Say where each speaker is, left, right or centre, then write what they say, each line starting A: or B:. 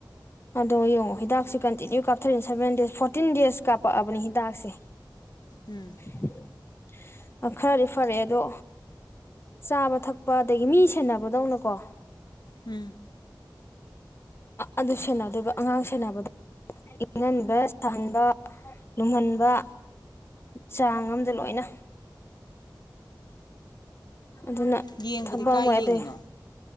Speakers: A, on the left; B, on the left.
A: ꯑꯗꯣ ꯌꯦꯡꯉꯨ ꯍꯤꯗꯥꯛꯁꯦ ꯀꯟꯇꯤꯅ꯭ꯌꯨ ꯀꯥꯞꯊꯔꯤ ꯁꯥꯕꯦꯟ ꯗꯦꯁ ꯐꯣꯔꯇꯤꯟ ꯗꯦꯁ ꯀꯥꯞꯄꯑꯕꯅꯦ ꯍꯤꯗꯥꯛꯁꯦ
B: ꯎꯝ
A: <inaudible> ꯈꯔꯗꯤ ꯐꯥꯔꯦ ꯑꯗꯣ ꯆꯥꯕ ꯊꯛꯄ ꯑꯗꯒꯤ ꯃꯤ ꯁꯦꯟꯅꯕꯗꯧꯅꯀꯣ
B: ꯎꯝ
A: ꯑ-ꯑꯗꯨ ꯁꯦꯟꯅꯗꯣꯢꯕ ꯑꯉꯥꯡ ꯁꯦꯟꯅꯕꯗꯧ ꯏꯪꯍꯟꯕ ꯁꯥꯍꯟꯕ ꯂꯨꯝꯍꯟꯕ ꯆꯥꯡ ꯑꯃꯗ ꯂꯣꯏꯅ ꯑꯗꯨꯅ
B: ꯌꯦꯡꯕꯗꯤ
A: ꯊꯕꯛ
B: ꯀꯥꯏ
A: ꯑꯃ <unintelligible>
B: ꯌꯦꯡꯉꯤꯅꯣ